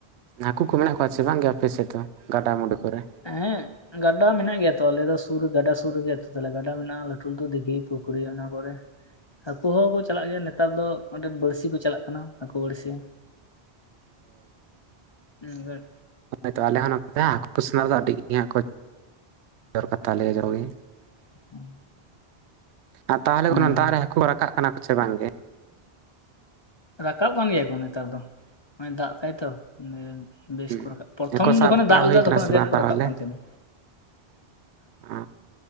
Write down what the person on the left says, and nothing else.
ᱦᱮᱸ ᱜᱟᱰᱟ ᱢᱮᱱᱟᱜ ᱜᱮᱭᱟ ᱛᱚ ᱟᱞᱮ ᱫᱚ ᱥᱩᱨ ᱨᱮ ᱜᱟᱰᱟ ᱥᱩᱨ ᱨᱮ ᱜᱮ ᱟᱹᱛᱩ ᱛᱟᱞᱮ ᱜᱟᱰᱟ ᱢᱮᱱᱟᱜᱼᱟ ᱞᱟᱹᱴᱩ ᱞᱟᱹᱴᱩ ᱫᱤᱜᱷᱤ ᱯᱩᱠᱷᱩᱨᱤ ᱚᱱᱟ ᱠᱚᱨᱮ ᱦᱟᱹᱠᱩ ᱦᱚᱸ ᱠᱚ ᱪᱟᱞᱟᱜ ᱜᱮᱭᱟ ᱱᱮᱛᱟᱨ ᱫᱚ ᱟᱸᱰᱮᱢ ᱵᱟᱹᱲᱥᱤᱼᱼ ᱛᱤ ᱠᱚ ᱪᱟᱞᱟᱜ ᱠᱟᱱᱟ ᱦᱟᱹᱠᱩ ᱵᱟᱹᱲᱥᱤ <unintelligible>
<inaudible>
ᱦᱮᱸ
ᱨᱟᱠᱟᱵ ᱠᱟᱱ ᱜᱮᱭᱟ ᱠᱚ ᱱᱮᱛᱟᱨ ᱫᱚ ᱱᱚ-ᱚᱭ ᱫᱟᱜ ᱫᱟᱭ ᱛᱚ᱾ ᱵᱮᱥ
ᱠᱚ ᱨᱟᱠᱟᱵ ᱯᱨᱚᱛᱷᱚᱢ
ᱡᱚᱠᱷᱚᱱᱮ
ᱫᱟᱜ ᱞᱮᱫᱟ
ᱛᱚᱠᱷᱚᱱ ᱟᱹᱰᱤ
ᱟᱸᱴ ᱠᱚ
ᱨᱟᱠᱟᱵ ᱠᱟᱱ ᱛᱟᱦᱮᱱᱟ᱾